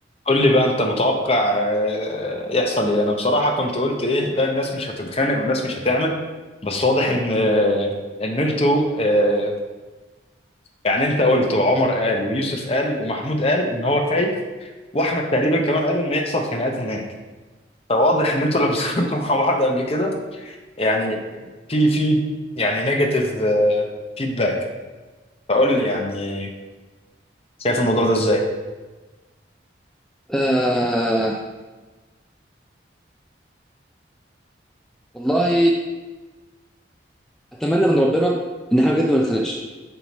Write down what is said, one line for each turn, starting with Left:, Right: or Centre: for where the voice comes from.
Left: قول لي بقى انت متوقع آه، يحصل ايه انا بصراحة كنت قلت ايه لا الناس مش هتتخانق والناس مش هتعمل بس واضح ان آه، ان انتوا آه، يعني انت قلت وعمر قال ويوسف قال ومحمود قال ان هو خايف واحمد تقريبا كمان قال ان يحصل خناقات هناك فواضح ان انتوا لما <laughs> سافرتوا مع بعض قبل كده يعني في في يعني نيجاتيف فيدباك فقول لي يعني شايف الموضوع ده ازاي
Centre: آه والله اتمنى من ربنا ان احنا بجد ما نتخانقش